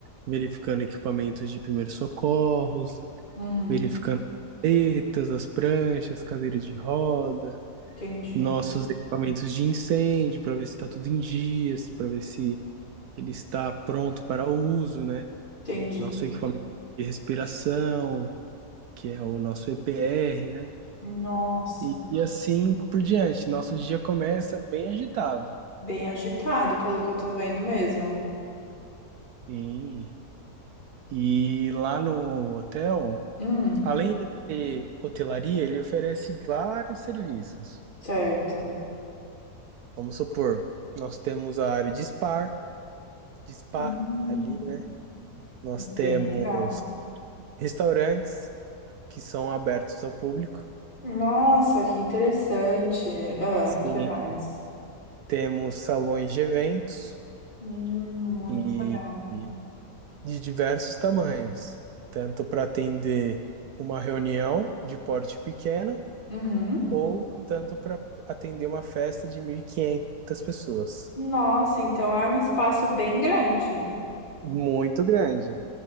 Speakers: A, on the right; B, on the left.
A: verificando equipamentos de primeiros socorros,
B: Uhum.
A: verificando as paletas, as pranchas, cadeiras de roda,
B: Entendi.
A: nossos equipamentos de incêndio, para ver se está tudo em dias, para ver se ele está pronto para uso, né?
B: Entendi.
A: Nosso equipamento de respiração, que é o nosso EPR, né?
B: Nossa.
A: E, e assim por diante. Nosso dia começa bem agitado.
B: Bem agitado, pelo que eu tô vendo mesmo.
A: Sim. E lá no hotel,
B: Hum,
A: além de ter hotelaria, ele oferece vários serviços.
B: certo.
A: Vamos supor, nós temos a área de spa, de spa
B: Hum,
A: ali, né? Nós temos
B: bem legal.
A: restaurantes que são abertos ao público.
B: Nossa, que interessante. Ah,
A: Sim.
B: que mais?
A: Temos salões de eventos
B: Hum, muito
A: e
B: legal.
A: e de diversos tamanhos, tanto para atender uma reunião de porte pequeno
B: Uhum.
A: ou tanto para atender uma festa de 1.500 pessoas.
B: Nossa, então é um espaço bem grande.
A: Muito grande.